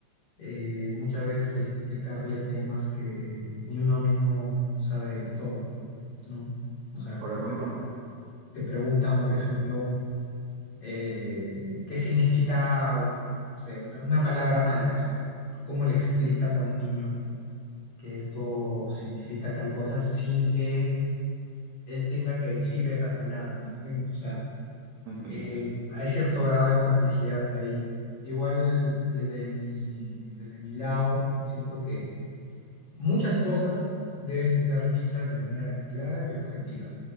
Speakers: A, on the left (about 40°); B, on the right (about 70°).
A: eh, muchas veces el explicarle temas que ni uno mismo sabe del todo. ¿no? O Ah, sea,
B: por
A: te
B: ejemplo?
A: pregunta- te preguntan, por ejemplo, eh, qué significa, o, no sé, una, una palabra mala. O sea, ¿y ¿tú cómo le explicas a un niño que esto significa tal cosa sin que él tenga que decir esa palabra? ¿Me entiendes? O sea,
B: Ujú.
A: eh, hay cierto grado de complejidad ahí. Igual desde mi, desde mi lado, siento que muchas cosas deben ser dichas de manera clara y objetiva.